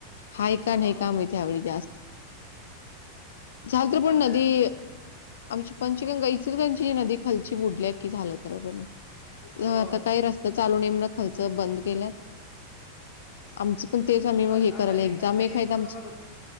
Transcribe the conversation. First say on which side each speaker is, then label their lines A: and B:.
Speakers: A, on the left; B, on the left.
A: हाय का
B: पाऊस
A: नाही का माहितीे आवडी जास्त छात्र पण
B: थंडी
A: नदी आमची पंचगंगा इचलगांची नदी खल बुडल्या की झालं तर बणी अ
B: होय
A: आता काही रस्ता चालू नेम ना खर्च बंद केल्यात, आमच पण तेच आम्ही
B: आता
A: मग हे
B: आता
A: करायला एक्झाम
B: एक आता एक
A: आहेत आमची
B: आता वर